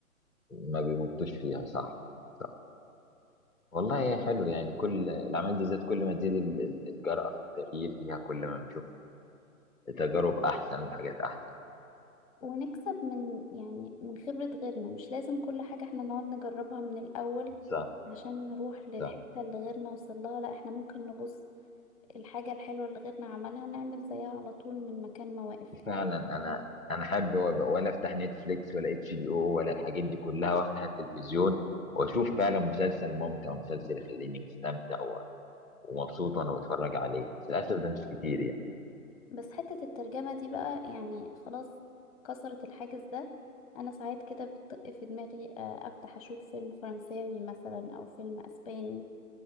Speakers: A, in the centre; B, on the left (about 25°).
A: ما بيمطوش فيها صح صح والله حلو يعني كل الاعمال دي ذات كل ما تزيد ال- ال- الجرأة في التغيير فيها كل ما بنشوف تجارب احسن وحاجات احسن
B: ونكسب من يعني من خبرة غيرنا مش لازم كل حاجة احنا نقعد نجربها من الأول
A: صح
B: عشان نروح للحتة
A: صح
B: اللي غيرنا وصلها لا احنا ممكن نبص الحاجة الحلوة اللي غيرنا عملها نعمل زيها على طول من مكان ما واقف
A: فعلا
B: يعني.
A: انا انا حابب وأبقى- ولا افتح نتفليكس ولا اتش دي او ولا الحاجات دي كلها وافتح التلفزيون واشوف فعلا مسلسل ممتع ومسلسل يخليني مستمتع و- ومبسوط وانا بتفرج عليه بس للاسف ده مش كتير يعني
B: بس حتة الترجمة دي بقى يعني خلاص كسرت الحاجز ده انا ساعات كده بتطق في دماغي آه، افتح اشوف فيلم فرنساوي مثلا او فيلم اسباني